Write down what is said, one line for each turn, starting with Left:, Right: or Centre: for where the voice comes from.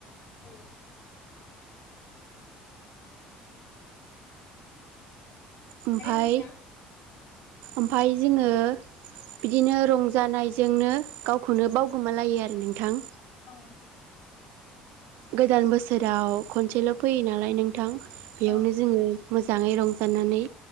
Left: औ
Right: ओमफाय
Left: आरो नोंथां
Right: ओमफ्राय जोङो बिदिनो रंजानायजोंनो गावखौनो बावगोमालायो आरो नोंथां
Left: औं
Right: गोदान बोसोराव खनसेल' फैयो नालाय नों गोथां बेयावनो
Left: नोंथां
Right: जोङो मोजाङै रंजानानै